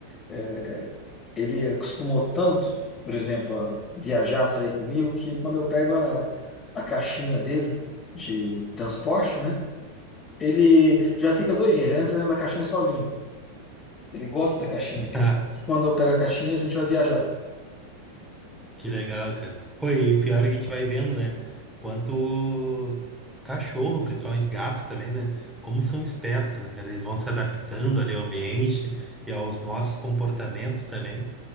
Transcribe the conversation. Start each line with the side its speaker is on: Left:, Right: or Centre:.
Left: é, ele acostumou tanto, por exemplo, a viajar, sair comigo, que quando eu pego a, a caixinha dele de transporte, né, ele já fica doidinho, já entra dentro da caixinha sozinho, ele gosta da caixinha,
Centre: <laughs>
Left: que ele
Centre: Ah,
Left: sabe que quando eu pego a caixinha a gente vai viajar.
Centre: que legal, cara. Pô, e pior é que a gente vai vendo, né, quanto cachorro, principalmente gatos também, né, como são espertos, né, cara, eles vão se adaptando ali ao ambiente e aos nossos comportamentos também